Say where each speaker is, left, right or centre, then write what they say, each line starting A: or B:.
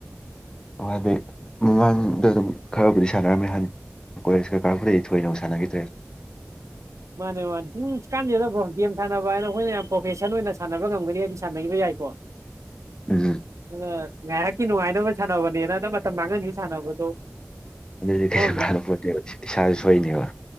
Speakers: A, on the left; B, on the right.
A: ꯑꯣ ꯑꯗꯨꯗꯩ ꯃꯃꯥꯡꯗ ꯑꯗꯨꯝ ꯈꯔꯕꯨꯗꯤ ꯁꯥꯟꯅꯑꯝꯃꯦ ꯍꯥꯏꯅꯤ ꯀꯣꯂꯦꯖꯀꯀꯥꯔꯄꯗꯩ ꯊꯣꯏꯅꯨ ꯁꯥꯟꯅꯈꯤꯗ꯭ꯔꯦ
B: ꯃꯥꯅꯦ ꯃꯥꯅꯦ ꯀꯥꯟꯅꯖꯗꯕ꯭ꯔꯣ ꯒꯦꯝ ꯁꯥꯟꯅꯕ ꯍꯥꯏꯅ ꯑꯩꯈꯣꯏꯅ ꯌꯥꯝ ꯄ꯭ꯔꯣꯐꯦꯁꯟ ꯑꯣꯏꯅ ꯁꯥꯟꯅꯕ ꯉꯝꯒꯅꯤ ꯍꯥꯏꯗꯤ ꯁꯥꯟꯅꯈꯤꯕ ꯌꯥꯏ ꯀꯣ
A: ꯎꯝ
B: ꯑ ꯉꯥꯏꯍꯥꯛꯀꯤ ꯅꯨꯡꯉꯥꯏꯅꯕ ꯁꯥꯟꯅꯕꯅꯦꯅꯗ ꯃꯇꯝ ꯃꯥꯡꯍꯟꯁꯨ ꯁꯥꯟꯅꯕꯗꯣ
A: ꯑꯗꯨꯗꯤ
B: ꯑꯃꯔꯣꯝꯗ
A: ꯀꯩꯁꯨ ꯀꯥꯟꯗ ꯄꯣꯠꯇꯦꯕ ꯏꯁꯥꯁꯨ ꯁꯣꯏꯅꯦꯕ